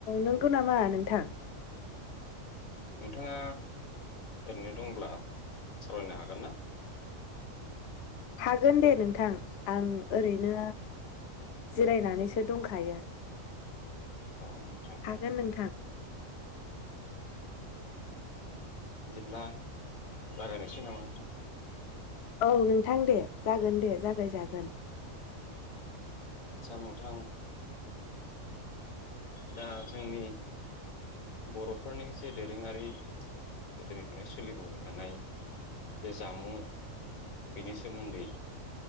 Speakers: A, on the left; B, on the left.
A: नंगौ नामा नोंथां?
B: नोंथाङा ओरैनो दंब्ला सावरायनो हागोन ना?
A: हागोन दे नोंथां आं ओरैनो जिरायनानैसो दंखायो।
B: औ नोंथां
A: हागोन नोंथां।
B: बिदिब्ला जागायनायसै नामा नोंथां?
A: औ नोंथां दे जागोन दे जागायजागोन।
B: आतसा नोंथां दा जोंनि बर'फोरनि जे दोरोङारि गोदोनिफ्रायनो सोलिबोबाय थानाय जे जामुं बेनि सोमोन्दै